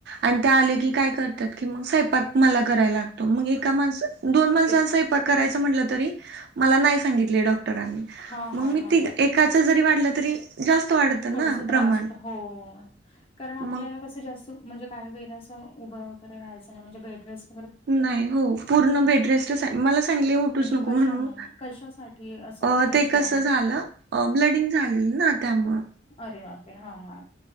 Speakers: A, on the right; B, on the left.
A: आणि ते आले की काय करतात की मग स्वयंपाक मला करायला लाग तो मग एका माणस दोन माणसाचा
B: एक
A: स्वयंपाक करायच म्हटलं तरी मला नाही सांगितले डॉ डॉक्टरांनी
B: हा
A: मग
B: हा
A: मी
B: हा
A: तीघ
B: हा.
A: एका जरी वाढल तरी, जास्त वाढतं
B: थोडस
A: ना प्रमाण
B: त्रास होता हो हो हो कारण आपल्याला
A: मग
B: कस, जास्त म्हणजे काहीे वेळेला असं उभं वैगेरे राहायचं नाही म्हणजे बेड रेस
A: नाही हो पूर्ण बेडरेस्ट आहे मला सांगितलंय उठूच
B: म्हणजे
A: नको
B: कशामुळे
A: म्हणून.
B: कशासाठी असा
A: अ
B: इश्यू
A: ते कस
B: आहे
A: झालं ब्लडिंग झालेलं ना त्यामुळ.
B: अरे बाप रे हा हा.